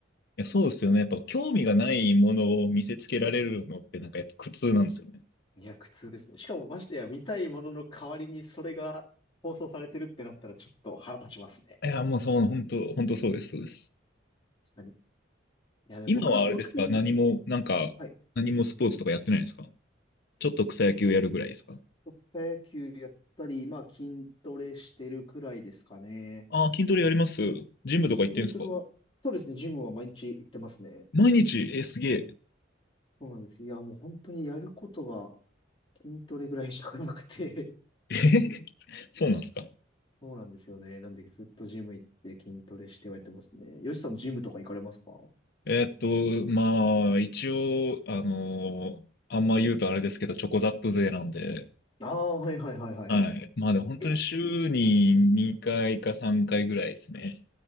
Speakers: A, on the left (about 55°); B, on the left (about 25°).
A: や、そうですよね。やっぱ興味がないものを見せつけられるのって、なんかやっぱ苦痛なんですよね。
B: いや、苦痛ですね。しかもましてや見たいものの代わりにそれが放送されてるってなったらちょっと腹立ちますね。
A: いや、もうそう、本当、本当そうです、そうです。
B: 確かに。いや、ね、
A: 今はあれですか何も、
B: 僕、僕、
A: なんか、
B: はい。
A: 何もスポーツとかやってないですかちょっと草野球やるぐらいですか
B: スポーツ草野球やったり、まあ筋トレしてるくらいですかね。
A: ああー、筋トレやります。ジムとか行ってるんですか
B: 筋トレは、そうですね、ジムは毎日行ってますね。
A: 毎日えー、すげえ。
B: そうなんです。いや、もう本当にやることが筋トレぐらいしかなくて
A: えー <laughs> そうなんですか
B: そうなんですよね。なんでずっとジム行って筋トレしてはやってますね。よしさんジムとか行かれますか
A: えーっと、まあ、一応、あのーあんま言うとあれですけど、チョコザップ勢なんで、
B: ああー、はいはいはいはい。
A: はい。まあでも本当に週に2回か3回ぐらいですね。
B: え、